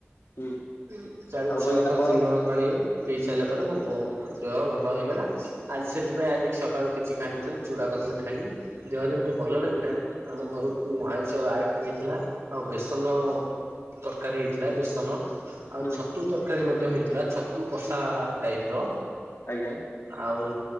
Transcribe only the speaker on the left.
ହୁଁ
ଆଉ
କହିଲେ ଆପଣ
ହୁଁ
ଆଜ୍ଞା